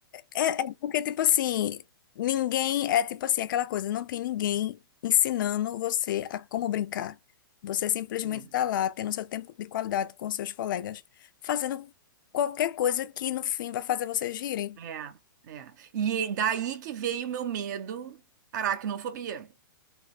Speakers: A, on the left; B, on the right.
A: É, é porque, tipo assim, ninguém. É tipo assim, aquela coisa, não tem ninguém ensinando você a como brincar. Você simplesmente
B: É.
A: está lá, tendo seu tempo de qualidade com seus colegas, fazendo qualquer coisa que no fim vai fazer vocês rirem.
B: É, é. E daí que veio o meu medo, aracnofobia,